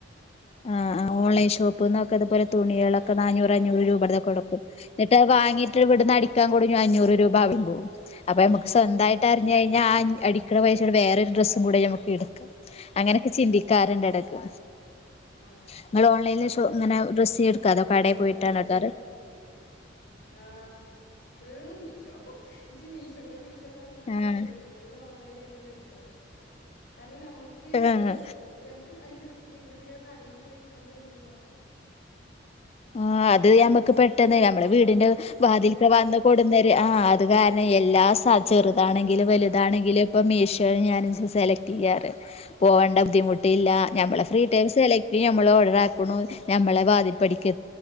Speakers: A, on the left; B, on the left.
A: ആഹ് ആഓൺലൈൻ ഷോ -- ഷോപീന്നൊക്കെ ഇതു പോല തുണികളൊക്കെ
B: ഞങ്ങളൊക്കെ
A: നാനൂറ്
B: ഞാനും
A: അഞ്ഞൂറ് രൂപ ടെക്കെ കൊടുക്കും എന്നിട്ട് വാങ്ങീട്ട് എവിടന്നാ അടിക്കാൻ കൊടഞ്ഞു അഞ്ഞൂറ് രൂപ? <unintelligible> അപ്പൊ നമുക്ക് സ്വന്തായി കേട്ടറിഞ്ഞഴിഞ്ഞ അ അടി ക്ക്ണ പൈസനോട് വേറെര്
B: അതാണ്
A: ഡ്രസ്സും കൂടെ നമക്ക് എടുക്കാ അങ്ങനെയൊക്കെ ചിന്തിക്കാർണ്ട് എടക്ക്
B: അതാണ്
A: ഇങ്ങള് ഓൺലൈൻ ഷോ ഇങ്ങനെ
B: ആഹ്
A: ഡ്രസ്സ്
B: അത്
A: എടുക്കാതോ
B: നല്ലതാണ്
A: കടയിൽ
B: കാരണം
A: പോയിട്ടാണോ
B: നമ്മക്ക്
A: എടുക്കാറ്?
B: ആഹ് ഫുള്ള് മീ ശോ നിച്ച് മീശോ ങ്ങള് മീ <unintelligible> തന്നെ
A: ആഹ്
B: ചെറിയേരുന്നു ഫുള് ഓൺലൈനായിട്ട് തന്നെ എട് ല് നമ്ക്ക്
A: ആഹ്
B: നമ്ക്ക് അയിന്നെട് ഇത്തിരി കഴിഞ്ഞാൽ പിന്നെ കടയില് പോയി ഇടുക്കാൻ തോന്നൂല്ല
A: ആ അത് യമ്മക്ക് പെട്ടെന്ന്
B: ഫുള്ളായിട്ട്
A: നമ്മള വീടിന്റെ
B: ഓൺലൈനില്
A: വാതിൽക്ക വന്ന് കൊടുന്നര് ആഹ് അത് കാരണം എല്ലാ സാ
B: അതാണ്
A: ചെറുതാണെങ്കില് വലുതാണെങ്കിലും ഇപ്പൊ മീഷോയിൽ ഞാൻ സെലക്ട് ചെയ്യാറ് പോകണ്ട ബുദ്ധിമുട്ട് ട്ടീലാ
B: അതാണ്
A: ഞമ്മളെ ഫ്രീ ടൈം സെലെക്ട് ഈ നമ്മള് ഓർഡറാക്ക്ണു നമ്മളെ വാതിൽപ്പടിക്കെ